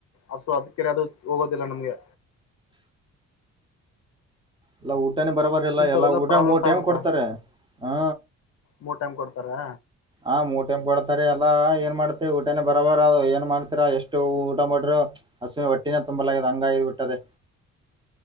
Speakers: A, on the left; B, on the right.
A: ಅಸೊ ಅದಕ್ಕೆರೆ ಅದು ಹೋಗೋದಿಲ್ಲ ನಮ್ಗೆ
B: ಎಲ್ಲ ಊಟನೇ ಬರಬರಿಲ್ಲ
A: ಇಂಥವೆಲ್ಲ
B: ಎಲ್ಲಾ ಊಟ
A: ಪ್ರಾಬ್ಲಮ್ಸ್
B: ಮೂರ್ ಟೈಮ್
A: ಆಗುತ್ತಾ
B: ಕೊಡ್ತಾರೆ ಹ್ಮ.
A: ಮೂರ್ ಟೈಮ್ ಕೊಡ್ತಾರಾ.
B: ಆ ಮೂರ್ ಟೈಮ್ ಕೊಡ್ತಾರೆ ಏಲ್ಲಾ ಏನ್ ಮಾಡ್ತಿವಿ ಊಟನೇ ಬರಬರ ಅದ ಏನ್ ಮಾಡ್ತತಿರ ಎಷ್ಟು ಊಟ ಮಾಡ್ರರು. ಹಸು ಹೊಟ್ಟಿನೆ ತುಂಬಲಾಗ್ಯದ ಹಂಗ ಆಗಿ ಬಿಟ್ಟದೆ.